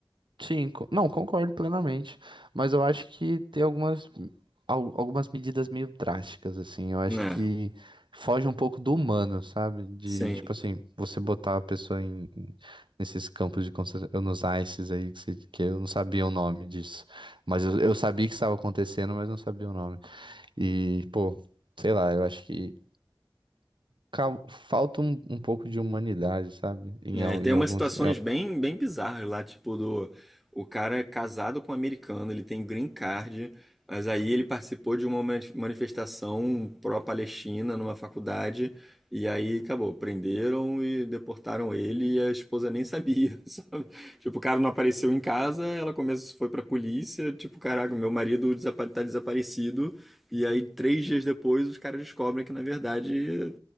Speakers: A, on the right; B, in the centre.
A: Sim, co- não, concordo plenamente, mas eu acho que tem algumas, al- algumas medidas meio drásticas, assim, eu acho
B: Né?
A: que foge um pouco do humano, sabe? De,
B: Sim.
A: tipo assim, você botar a pessoa em, nesses campos de concentração, nos ICES aí, que, se- que eu não sabia o nome disso, mas eu, eu sabia que estava acontecendo, mas não sabia o nome, e, pô, sei lá, eu acho que cal- falta um, um pouco de humanidade, sabe? Em,
B: É,
A: al-
B: e tem
A: em
B: umas
A: alguns...
B: situações bem, bem bizarras lá, tipo do o cara é casado com um americano, ele tem green card, mas aí ele participou de uma mani- manifestação pró-Palestina numa faculdade e aí acabou, prenderam e deportaram ele e a esposa nem sabia, <laughs> sabe? Tipo, o cara não apareceu em casa, ela começou, foi pra polícia, tipo, caraca, meu marido desapa- tá desaparecido. E aí, três dias depois, os caras descobrem que, na verdade,